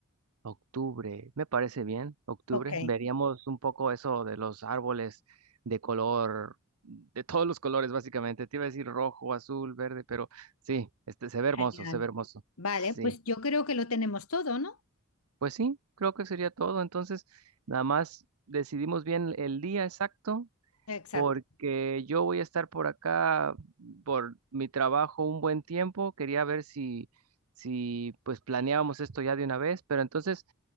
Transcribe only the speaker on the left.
Ok,
genial.
Vale,
pues yo creo que lo tenemos todo, ¿no?
Exacto,